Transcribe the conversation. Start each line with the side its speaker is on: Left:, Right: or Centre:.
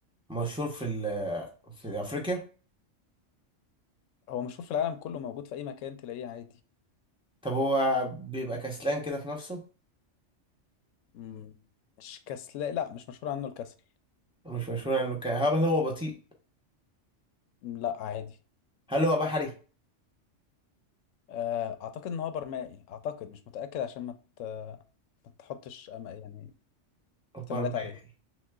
Centre: مشهور في ال في أفريقيا
Left: هو مشهور في العالم كله موجود في اي مكان تلاقيه عادي
Centre: طب هو بيبقى كسلان كده في نفسه
Left: مم. مش كسل لا مش مشهور عنه الكسل
Centre: مش مشهور عنه ك- هل هو بطيء
Left: لا عادي
Centre: هل هو بحري
Left: آه، اعتقد ان هو برمائي اعتقد مش متاكد عشان ما ت- ما تحطش أما- يعني احتمالات
Centre: برمائي
Left: عليه